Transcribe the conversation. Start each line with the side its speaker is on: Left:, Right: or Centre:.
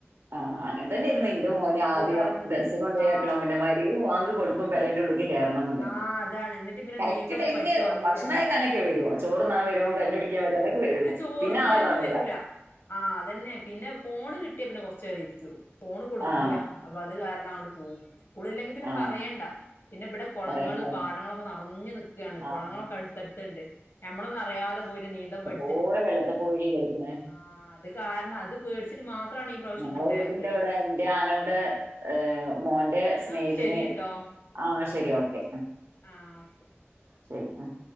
Right: ആഹ് അങ്ങനെ തന്നെയായിയിരുന്നു എന്റെ മോനും ആദ്യം
Left: കാരണം
Right: ദർസയിൽ കൊണ്ട്‌ പോയി
Left: ആഹ്
Right: ആക്കണെ മുന്നെ മാ ബാങ്ക് കൊടുക്കും പെരേന്റെ ഉള്ളിക്ക് കേറണോന്നുണ്ടെങ്കില്
Left: ആഹ് അതാണ് എന്നിട്ട് പിന്നെ
Right: കറക്റ്റ്
Left: നീന്തൊക്കെ
Right: ടൈമിന്
Left: പഠിച്ച് വന്നിക്കാണ്
Right: ഭക്ഷണം കഴിക്കാനൊക്കെ വരും ചോറുണ്ണാൻ വരും
Left: ആഹ്
Right: കഞ്ഞി കുടി ക്കാൻ വരും അതൊക്കെ വരും
Left: ഇത് ചോറ്
Right: പിന്നെ
Left: എടുക്കാനൊന്നും
Right: ആളെ കാണൂല്ല
Left: വരൂല ആഹ് അതന്നെ പിന്നെ ഫോണ് കിട്ടിയ പിന്നെ കൊറച്ച് നേരം ഇരിക്കും ഫോണ് കൊടുക്കൂല്ല
Right: ആഹ്
Left: അപ്പോ അത് കാരണം അങ്ങോട്ട് പോകും സ്കൂള് ഇല്ലെങ്കിൽ പിന്നെ
Right: ആഹ്
Left: പറയണ്ട പിന്നെ ഇവിടെ കുളങ്ങള്
Right: പറയണ്ട
Left: പാടങ്ങളൊക്കെ നറഞ്ഞു നിക്കയാണ്
Right: ആഹ്
Left: കുളങ്ങളൊക്കെ അടുത്തടുത്തുണ്ട് ഞമ്മളൊന്നും അറിയാതെ പോയി ഒരു നീന്തം പഠി
Right: ഓര് വെള്ളത്തിൽ പോയി കളിക്കണെ
Left: ആഹ് അത് കാരണം അത് പേടിച്ചിട്ട് മാത്രവാണ് ഈ പ്രാവശ്യം
Right: ഞങ്ങളെ
Left: കൊണ്ടെയാക്കിയത്
Right: വീടിന്റെ അവിടെ എന്റെ ആങ്ങൾടെ ഏഹ് മോന്റെ
Left: എന്നാ
Right: സ്നേഹിതന്
Left: ശരി ട്ടോ
Right: ആഹ് അന്നാ ശരി ഓക്കെ
Left: ആഹ് ഓക്കേ
Right: ശരി ആഹ്